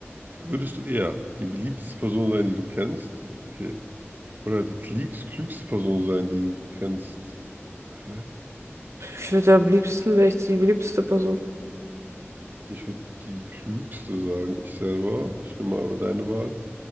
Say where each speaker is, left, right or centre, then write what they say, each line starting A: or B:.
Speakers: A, on the right; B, on the right.
A: Würdest du eher die beliebteste Person sein, die du kennst? Okay. Oder die klügst- klügste Person sein, die du kennst? Hä?
B: Ich würde am liebsten, wäre ich die beliebteste Person.
A: Ich würde die klügste sagen, ich selber. Ich nehme aber deine Wahl.